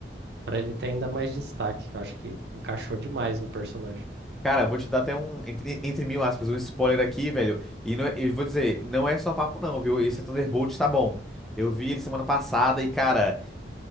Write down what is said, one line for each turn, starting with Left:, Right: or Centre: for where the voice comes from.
Right: para ele ter ainda mais destaque, que eu acho que encaixou demais no personagem.
Centre: Cara, vou te dar até um, entre, entre mil aspas, um spoiler aqui, velho. E não, é- eu vou dizer, não é só papo, não, viu? Esse Thunderbolt tá bom. Eu vi ele semana passada e, cara.